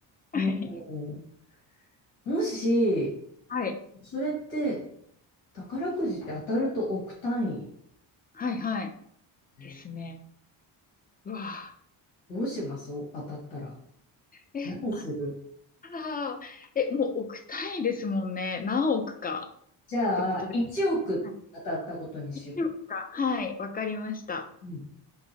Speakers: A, on the left; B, on the left.
A: はい。
B: おーもし、
A: はい。
B: それって、宝くじって当たると億単位。
A: はい、はい。
B: ね
A: ですね。うわぁ。
B: どうします当たったら。
A: え、
B: 何する
A: あったら、え、もう億単位ですもんね。何億か
B: じゃあ、
A: ってことです
B: 1億当たったことにしよ
A: あ1億か。はい、わかりました。
B: う。うん。